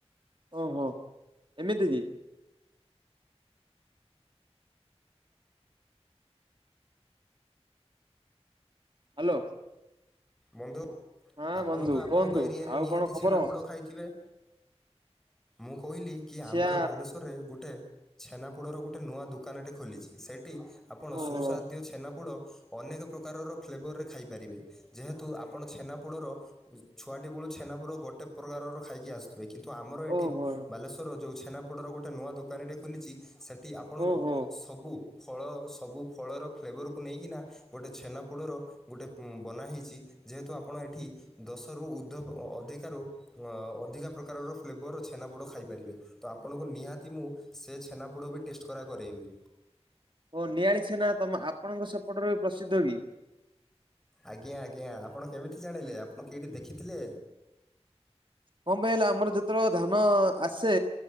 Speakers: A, on the right (about 45°); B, in the centre.
A: ଓହୋ ଏମିତି କି? ହ୍ୟାଲୋ।
B: ବନ୍ଧୁ
A: ହଁ
B: ଆପଣ
A: ବନ୍ଧୁ
B: ତ ଆପଣଙ୍କ
A: କୁହନ୍ତୁ
B: ଏରିଆରେ
A: ଆଉ
B: ନିହାତି
A: କଣ ଖବର?
B: ଛେନାପୋଡ ଖାଇଥିବେ? ମୁଁ କହିଲି କି ଆମର
A: ଛିଆ
B: ବାଲେଶ୍ବରରେ ଗୋଟେ। ଛେନାପୋଡର ଗୋଟେ ନୂଆ ଦୋକାନଟେ ଖୋଲିଛି ସେଇଠି ଆପଣ
A: ଓହୋ
B: ସୁସ୍ଵାଦ୍ୟ ଛେନାପୋଡ଼ ଅନେକ ପ୍ରକାରର ଫ୍ଲେଭରରେ ଖାଇପାରିବେ ଯେହେତୁ ଆ ଆପଣ ଛେନାପୋଡ଼ର ଛୁଆଟି ବେଳୁ ଛେନାପୋଡ଼ ଗୋଟେ ପ୍ରକାରର ଖାଇକି ଆସୁ କିନ୍ତୁ ଆମର ଏଠି
A: ଓହୋ
B: ବାଲେଶ୍ୱରର ଯୋଉ ଛେନାପୋଡ଼ର ଗୋଟେ ନୂଆ ଦୋକାନୀଟେ ଖୋଲିଛି ସେ ଠି ଆପଣଙ୍କୁ
A: ଓହୋ
B: ସବୁ ଫଳ ସବୁ ଫଳର ଫ୍ଲେଭରକୁ ନେଇକିନା ଗୋଟେ ଛେନାପୋଡ଼ର ଗୋଟେ ବନା ହେଇଛି। ଯେହେତୁ ଆପଣ ଏଠି ଦଶରୁ ଉର୍ଦ୍ଧ ଅଧିକାରୁ ଅ ଅଧିକା ପ୍ରକାରର ଫ୍ଲେବର ଛେନାପୋଡ ଖାଇପାରିବେ। ତ ଆପଣଙ୍କୁ ନିହାତି ମୁଁ ସେ ଛେନାପୋଡ଼ ବି ଟେଷ୍ଟ କରା କରେଇବି।
A: ଓ ନିଆଳି ଛେନା ତମେ ଆପଣଙ୍କ ସେପଟରେ ପ୍ରସିଦ୍ଧ କି?
B: ଆଜ୍ଞା ଆଜ୍ଞା ଆପଣ କେମିତି ଜାଣିଲେ ଆପଣ କେଇଠି ଦେଖିଥିଲେ।
A: କଣ ପାଇଁ ନା ଆମର ଯେତେବେଳେ ଧାନ ଆସେ।